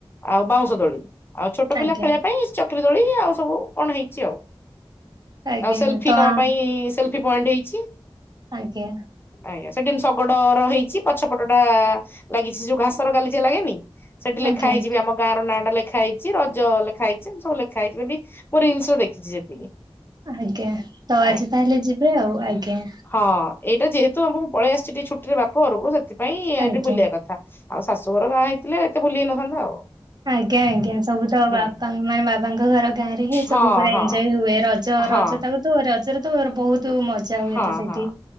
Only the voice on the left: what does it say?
ଆଉ ବାଉଁଶ ଦୋଳି। ଆଉ ଛୋଟ
ପିଲା ଖେଳିବା ପାଇଁ ଚକ୍ରି ଦୋଳି ଆଉ ସବୁ କଣ ହେଇଛି ଆଉ।
ଆଉ ସେଲଫି
ନବା
ପାଇଁ ସେଲଫି ପଏଣ୍ଟ୍ ହେଇଛି।
ଆଜ୍ଞା ସେଠି କିନ୍ତୁ ଶଗଡର ହେଇଛି ପଛପଟ ଟା ଲାଗିଛି ଯୋଉ ଘାସର ଗାଲିଚା ଲାଗେନି ସେଠି ଲେଖା
ହେଇଛି ବି ଆମ ଗାଁ ର ନାଁ ଟା ଲେଖା ହେଇଛି ରଜ ଲେଖା ହେଇଛି ସବୁ ଲେଖାହେଇଛି ବି ଜିନିଷ ଦେଖିଛି ଯେତିକି
ଆଜ୍ଞା
ହଁ ଏଇଟା ଯେହେତୁ ମୁଁ ପଳେଇ ଆସିଛି ଟିକେ ଛୁଟିରେ ବାପ ଘରକୁ ସେଥିପାଇଁ ଏଠି
ବୁଲିବା କଥା। ଆଉ ଶାଶୁଘର ଗାଁ ହେଇଥିଲେ ଏତେ ବୁଲି ହେଇନଥାନ୍ତା ଆଉ।
ହୁଁ
ହଁ
ହଁ
ହଁ।
ହଁ
ହଁ